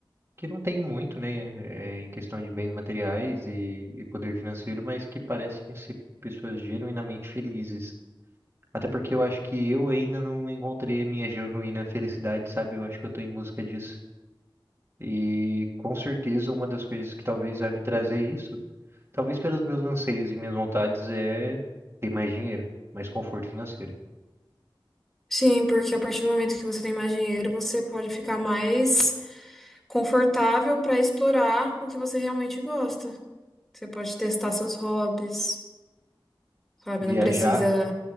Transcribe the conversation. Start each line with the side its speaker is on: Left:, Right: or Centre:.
Right: que não têm muito, né, é, em questão de bens materiais e, e poder financeiro, mas que parecem ser pessoas genuinamente felizes. Até porque eu acho que eu ainda não encontrei a minha genuína felicidade, sabe? Eu acho que eu estou em busca disso. E com certeza uma das coisas que talvez vai me trazer isso, talvez pelos meus anseios e minhas vontades, é ter mais dinheiro, mais conforto financeiro.
Centre: Sim, porque a partir do momento que você tem mais dinheiro, você pode ficar mais confortável pra explorar o que você realmente gosta. Você pode testar seus hobbies, sabe?
Right: Viajar,
Centre: Não precisa.